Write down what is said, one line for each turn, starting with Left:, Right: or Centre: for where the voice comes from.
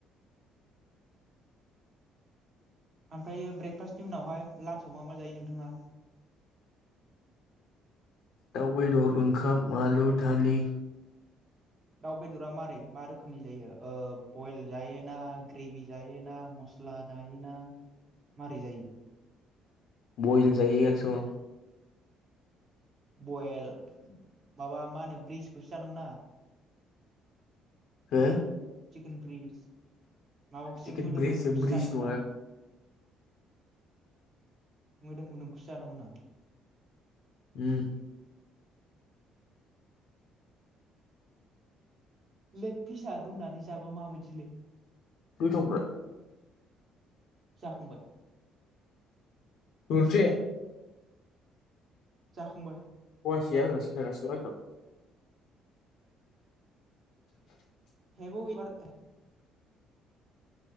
Right: ओमफ्रायो ब्रेकफास्टनि उनावहाय लान्चआव मा मा जायो नोंथाङा
Left: दाउ बेदर ओंखाम आलु दालि
Right: दाउ बेदरा मारै मा रोखोमनि जायो बयल जायोना ग्रेभि जायोना मस्ला जायोना मारै जायो
Left: बयल जायो
Right: बयेल माबा मा होनो ब्रिजखौसो जानांगौ ना
Left: हो
Right: चिक्रिस माबाखौसो
Left: चिकेन
Right: मोदोम
Left: ब्रिसो
Right: मोदोमखौसो
Left: ब्रिस
Right: जानांगौ
Left: नङा
Right: ना मोदोम मोदोमखौसो जानांगौना
Left: उम
Right: लेग फिसा रुनानै जाबा माबायदिलै
Left: गोथावब्रा
Right: जाखांबाय
Left: दरसे
Right: जाखांबाय
Left: <unintelligible> <inaudible>
Right: हेबौ इबार